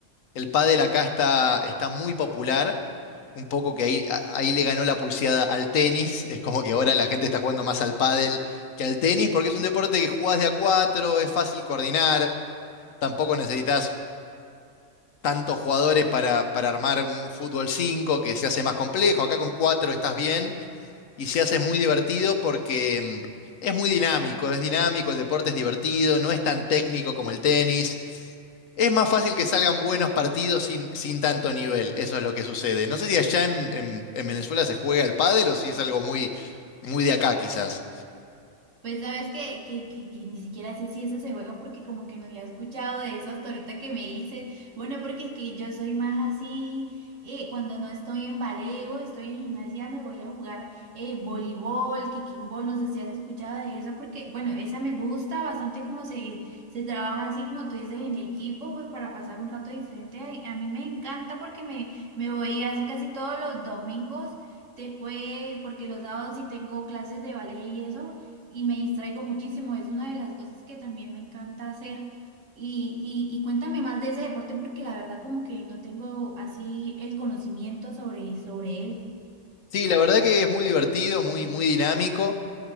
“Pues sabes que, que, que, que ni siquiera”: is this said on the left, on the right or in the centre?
Right